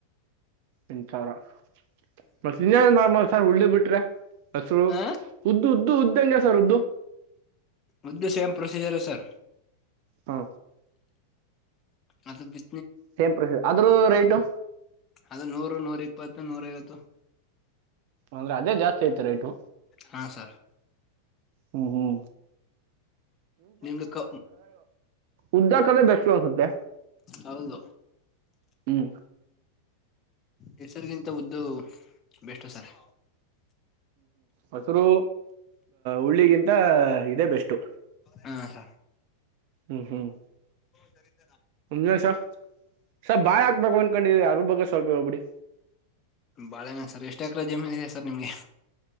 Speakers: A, on the right; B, on the left.
A: ಎಂಟು ಸಾವಿರ ನಾರ್ಮಲ್ ಸರ್ ಉಳ್ಳಿ ಬಿಟ್ರೆ ಹೆಸರು
B: ಹ
A: ಉದ್ದು ಉದ್ದು ಉದ್ದ ಹೆಂಗೆ ಸರ್ ಉದ್ದು
B: ಉದ್ದು ಸೇಮ್ ಪ್ರೊಸಿಜರ್ ಸರ್
A: ಹಾ
B: ಅದು ಬಿ
A: ಸೇಮ್ ಪ್ರೊಸ ಅದ್ರೂದ ರೇಟು
B: ಅದು ನೂರು ನೂರ ಇಪ್ಪತ್ತು ನೂರ ಐವತ್ತು
A: ಅಂದ್ರೆ ಅದೇ ಜಾಸ್ತಿ ಆಯ್ತು ರೇಟು
B: ಹಾ ಸರ್
A: ಹುಂ ಹುಂ
B: ನಿಮ್ಮ ಕ
A: ಉದ್ದ ಕಲೆ ಬೆಸ್ಟ್ ಅನ್ಸುತ್ತೆ
B: ಹೌದು
A: ಹ್ಮ್
B: ಹೆಸರಿಗಿಂತ ಉದ್ದು ಬೆಸ್ಟ್ ಸರ್
A: ಹೆಸರು ಉಳ್ಳಿಗಿಂತ ಇದೇ ಬೆಸ್ಟು
B: ಹಾ ಸರ್
A: ಹ್ಮ್ ಹ್ಮ್
B: ಸರಿ
A: ಹೇಳಿ ಸರ್ ಸರ್ ಬಾಳ ಹಾಕ್ಬೇಕು ಅಂದಕೊಂಡಿದವಿ ಅದರ ಬಗ್ಗೆ ಸ್ವಲ್ಪ ಹೇಳ್ಬಿಡಿ
B: ಬಾಳೆಹಣ್ಣು ಸರ್ ಎಷ್ಟು ಎಕ್ರೆ ಜಮೀನಿದೆ ಸರ್ ನಿಮ್ಗೆ